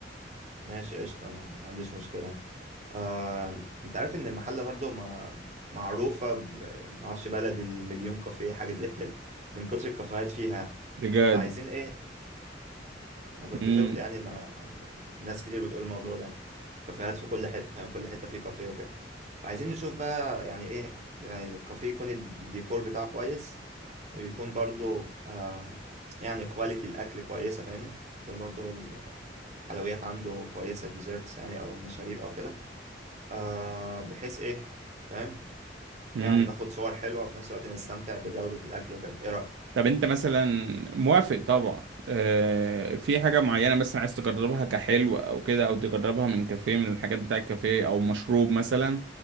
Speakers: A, on the right (about 40°); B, on the right (about 80°).
A: ماشي قشطة ما, ما عنديش مشكلة آه انت عارف ان المحلة برضو ما معروفة ب- ما اعرفش بلد المليون كافيه حاجة زي كده من كتر الكافيهات فيها
B: بجد
A: فعايزين ايه انا كنت
B: مم.
A: شفت يعني ما... ناس كتير بتقول الموضوع ده كافيهات في كل حته فاهم كل حته فيه كافيه وكده فعايزين نشوف بقى يعني ايه يعني كافيه يكون الديكور بتاعه كويس ويكون برضو آم، يعني كواليتي الاكل كويسه فاهمني يكون برضو الحلويات عنده كويسه ديزرتس يعني او مشاريب او كده آه بحيث ايه فاهم
B: مم.
A: يعني ناخد صور حلوه وفي نفس الوقت نستمتع بجوده الاكل وكده ايه رايك
B: طب انت مثلا موافق طبعا آه في حاجة معينة مثلا عايز تجربها كحلو او كده او تجربها من كافيه من الحاجات بتاع الكافيه او مشروب مثلا